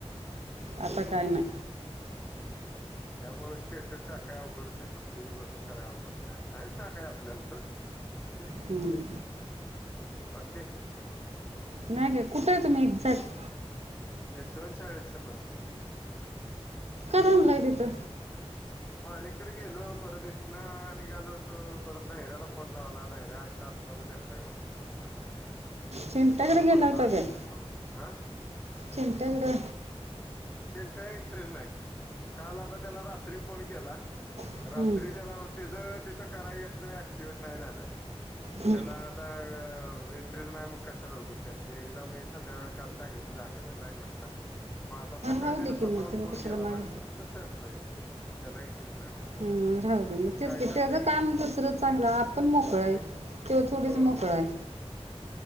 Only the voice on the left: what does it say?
त्यामुळे स्टेटस टाकाय अवघड होतय, कुठली बी गोष्ट कराय अवघड होतय आणि नाहीच टाकाय आपल्याला सोड ते
अस बाकी
यशवंत शाळेच्या समोर बरोबर
मानीकडे गेलो, परत इथनं निघालो होतो, परत धैऱ्याला फोन लावला धैऱ्या इथं असल भेटाय म्हटलं त्याला सांगायच
मग परत
वळलो
आणि
इथ थांबलं हा
चिंता इंटरेस्ट नाही, काल आता त्याला रात्री फोन केला
रात्री त्याला त्याच तिथं कराय घेतलं ऍक्टिवेट नाही झालं
त्याला आता इंटरेस्ट नाही, मग कशाला उगीच, एकदा मी संध्याकाळ काल सांगितलं झालं का? नाही म्हटला. मग आता सकाळी
त्याने
स्वतःहून
फोन
केला,
म्हटलं संपला विषय त्याला इंटरेस्ट नाही म्हटलं
काय चाललंय
की
चाललंय
हो
हो
तेच की तेच